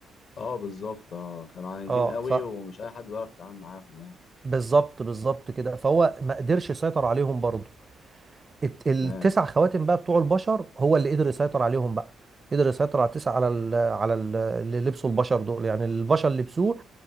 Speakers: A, on the left; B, on the right.
A: اه بالظبط اه كانوا عاندين
B: اه
A: قوي
B: ف
A: ومش اي حد بيعرف يتعامل معاهم يعني
B: بالظبط بالظبط كده فهو ما قدرش يسيطر عليهم برضه الت- التسع
A: تمام
B: خواتم بقى بتوع البشر هو اللي قدر يسيطر عليهم بقى قدر يسيطر على التسع على ال على ال اللي لبسوا البشر دول يعني البشر اللي لبسوه